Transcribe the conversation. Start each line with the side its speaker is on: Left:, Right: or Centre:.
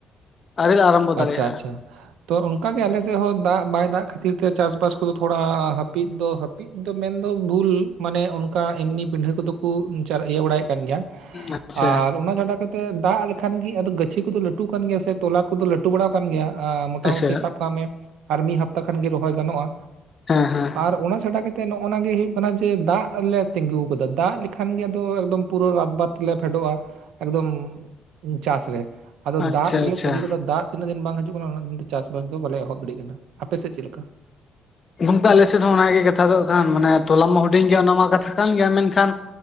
Left: ᱟᱹᱣᱨᱤ
Right: ᱟᱪᱪᱷᱟ
Left: ᱫᱟᱲᱮᱭᱟᱜᱼᱟ
Right: ᱟᱪᱪᱷᱟ ᱛᱚ ᱚᱱᱠᱟ ᱜᱮ ᱟᱞᱮᱥᱮᱫ ᱦᱚᱸ ᱫᱟᱜ ᱵᱟᱭ ᱫᱟᱜ ᱠᱷᱟᱹᱛᱤᱨ ᱛᱮ ᱪᱟᱥ ᱵᱟᱥ ᱠᱚᱫᱚ ᱛᱷᱳᱲᱟ ᱦᱟᱹᱯᱤᱫ ᱫᱚ ᱦᱟᱹᱯ ᱯᱤᱫ ᱫᱚ ᱢᱮᱱᱫᱚ ᱵᱷᱩᱞ ᱢᱟᱱᱮ ᱚᱱᱠᱟ ᱮᱢᱱᱤ ᱯᱤᱰᱷᱟᱹ ᱠᱚᱫᱚ ᱠᱚ ᱤᱭᱟᱹ ᱵᱟᱲᱟᱭᱮᱫ ᱠᱟᱱ ᱜᱮᱭᱟ
Left: ᱟᱪᱪᱷᱟ
Right: ᱟᱨ ᱚᱱᱟ ᱪᱷᱟᱰᱟ ᱠᱟᱛᱮᱜ ᱫᱟᱜ ᱞᱮᱠᱷᱟᱱ ᱜᱮ ᱟᱫᱚ ᱜᱟᱹᱪᱷᱤ ᱠᱚᱫᱚ ᱞᱟᱹᱴᱩ ᱠᱟᱱ ᱜᱮᱭᱟ ᱥᱮ ᱛᱚᱞᱟ ᱠᱚᱫᱚ ᱞᱟᱹᱴᱩ ᱞᱟᱹᱴᱩ ᱵᱟᱲᱟ ᱟᱠᱟᱱ ᱜᱮᱭᱟ ᱟ ᱢᱳᱴᱟᱢᱩᱴᱤ
Left: ᱟᱪᱪᱷᱟ
Right: ᱥᱟᱵ ᱠᱟᱜ ᱢᱮ ᱟᱨ ᱢᱤᱫ ᱦᱟᱯᱛᱟ ᱠᱷᱟᱱᱜᱮ ᱨᱚᱦᱚᱭ ᱜᱟᱱᱚᱜᱼᱟ
Left: ᱮᱸ ᱦᱮᱸ
Right: ᱟᱨ ᱚᱱᱟ ᱪᱷᱟᱰᱟ ᱠᱟᱛᱮᱜ ᱱᱚᱜ ᱚᱱᱟ ᱜᱮ ᱦᱩᱭᱩᱜ ᱠᱟᱱᱟ ᱡᱮ ᱫᱟᱜ ᱞᱮ ᱛᱤᱸᱜᱩ ᱟᱠᱟᱫᱟ ᱫᱟᱜ ᱞᱮᱠᱷᱟᱱ ᱜᱮ ᱟᱫᱚ ᱮᱠᱫᱚᱢ ᱯᱩᱨᱟᱹ ᱨᱟᱛᱵᱟᱛ ᱞᱮ ᱯᱷᱮᱰᱚᱜᱼᱟ ᱮᱠᱫᱚᱢ ᱪᱟᱥ ᱨᱮ ᱟᱫᱚ
Left: ᱟᱪᱪᱷᱟ
Right: ᱫᱟᱜ ᱜᱮᱞᱮ
Left: ᱟᱪᱪᱷᱟ
Right: ᱛᱟᱺᱜᱤ ᱟᱠᱟᱫᱟ ᱫᱟᱜ ᱛᱤᱱᱟᱹᱜ ᱫᱤᱱ ᱵᱟᱝ ᱦᱤᱡᱩᱜ ᱠᱟᱱᱟ ᱩᱱᱟᱹᱜ ᱫᱤᱱ ᱫᱚ ᱪᱟᱥ ᱵᱟᱥ ᱫᱚ ᱵᱟᱞᱮ ᱮᱦᱚᱵ ᱫᱟᱲᱤᱜ ᱠᱟᱱᱟ ᱟᱯᱮᱥᱮᱫ ᱪᱮᱫ ᱞᱮᱠᱟ?
Left: ᱜᱚᱝᱠᱮ ᱟᱞᱮ ᱥᱮᱫ ᱦᱚᱸ ᱚᱱᱟᱜᱮ ᱠᱟᱛᱷᱟ ᱫᱚ ᱠᱟᱱ ᱢᱟᱱᱮ ᱛᱚᱞᱟ ᱢᱟ ᱦᱩᱰᱤᱧ ᱜᱮᱭᱟ ᱚᱱᱟ ᱢᱟ ᱠᱟᱛᱷᱟ ᱠᱟᱱ ᱜᱮᱭᱟ ᱢᱮᱱᱠᱷᱟᱱ